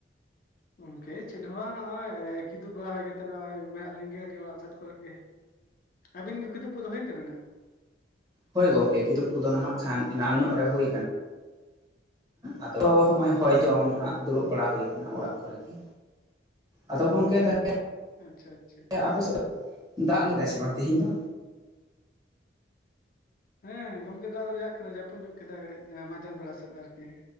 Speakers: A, on the left; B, on the right.
A: ᱜᱚᱝᱠᱮ ᱪᱮᱫ ᱦᱚᱸ ᱵᱟᱝ ᱱᱚᱜᱼᱚᱭ ᱠᱤᱫᱩᱵ ᱵᱮᱲᱟ ᱦᱩᱭ ᱠᱟᱛᱮᱫ ᱱᱚᱜᱼᱚᱭ ᱢᱮᱱᱟᱜ ᱞᱤᱧ ᱜᱮᱭᱟ ᱠᱟᱹᱴᱤᱡ ᱚᱲᱟᱜ ᱥᱮᱫ ᱠᱚᱨᱮ ᱜᱮ ᱟᱹᱵᱤᱱ ᱜᱮ ᱠᱩᱤᱫᱩᱵ ᱠᱚᱫᱚ ᱦᱩᱭᱮᱱ ᱛᱟᱹᱵᱤᱱᱟ
B: ᱦᱳᱭ ᱜᱚᱝᱠᱮ ᱠᱤᱫᱩᱵ ᱠᱚᱫᱚ ᱱᱟᱦᱟᱜ ᱠᱷᱟᱱ ᱮᱱᱟᱝ ᱧᱚᱜ ᱨᱮ ᱦᱩᱭ ᱟᱠᱟᱱᱟ ᱟᱫᱚ ᱦᱚᱸᱜᱼᱚᱭ ᱦᱚᱭ ᱡᱚᱢ ᱱᱷᱟᱜ ᱫᱩᱲᱩᱵ ᱵᱟᱲᱟ ᱦᱩᱭ ᱟᱠᱟᱱᱟ ᱚᱲᱟᱜ ᱠᱚᱨᱮᱜᱮ ᱟᱫᱚ ᱜᱚᱢᱠᱮ ᱛᱟᱦ
A: ᱟᱪᱪᱷᱟ ᱼ ᱟᱪᱪᱷᱟ
B: ᱟᱯᱮ ᱥᱮᱫ ᱫᱟᱜ ᱞᱮᱫᱟᱭ ᱥᱮ ᱵᱟᱝ ᱛᱮᱦᱮᱧ ᱫᱚ
A: ᱦᱮᱸ ᱜᱚᱢᱠᱮ ᱫᱟᱜ ᱫᱚ ᱫᱟᱜ ᱠᱮᱫᱟ ᱡᱟᱹᱯᱩᱫ ᱧᱚᱜ ᱠᱮᱫᱟ ᱠᱟᱹᱴᱤᱡ ᱢᱟᱡᱟᱱ ᱵᱮᱲᱟ ᱥᱮᱫ ᱟᱨᱠᱤ